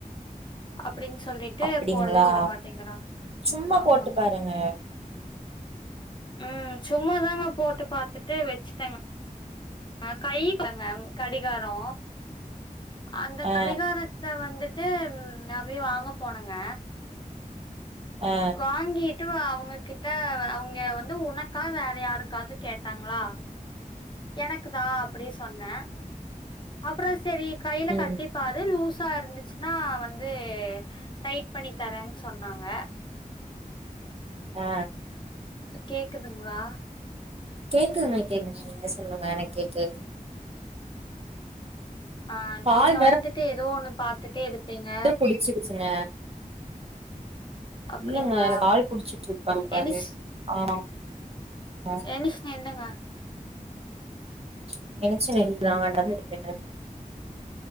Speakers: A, on the left (about 35°); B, on the right (about 45°).
A: அப்டின் சொல்லிட்டு
B: அப்டிங்களா
A: போடவே வுடமாட்டேங்கிறாங்
B: சும்மா
A: ஆமாங்க
B: போட்டு பாருங்க
A: ம் சும்மா தாங்க போட்டு பாத்துட்டு வெச்சுடேங்க ஆ கை தாங்க கடிகாரொ அந்த
B: ஆ
A: கடிகாரத் த வந்துட்டு ம் நா போய் வாங்க போனங்க
B: ஆ
A: வாங்கிட் டு அவங்ககிட்ட அவங்க வந்து உனக்கா வேற யாருக்காது கேட்டாங்களா எனக்கு தா அப்டி சொன்ன அப்றோ செரி கையில
B: ம்
A: கட்டிப்பாரு லூஸா இருந்துச்சு னா வந்து டைட் பண்ணித் தரன்னு சொன்னாங்க
B: ஆ
A: கேக்குதுங்களா
B: கேக்குதுங்க கேக்குது நீங்க சொல்லுங்க எனக் கேக்கு
A: ஆ நீங்க
B: கால்
A: வந்துட்டு ஏதோ ஒண்ணு பாத்துட்டே எடுப்பீங்க
B: <unintelligible> புடிச்சுருச்சுங்க
A: அப்டிங்களா
B: இல்லங்க எனக்கு ஆள் புடிச்சு
A: எனிஷ்
B: <unintelligible> ஆ ஆ
A: என்னிச்சு நின்னுங்க
B: <unintelligible> நடந்துற்றுக்க